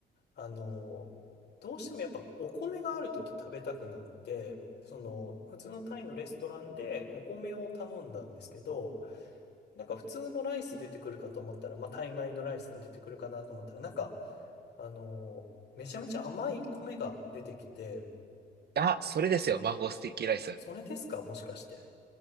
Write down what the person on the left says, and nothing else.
あのどうしてもやっぱお米があるとき食べたくなって、その、普通のタイのレストランでお米を頼んだんですけど、なんか普通のライス出てくるかと思ったら、まあ、タイ米のライスが出てくるかなと思ったら、なんか、あのーめちゃめちゃ甘い米が出てきて、
それですかもしかして。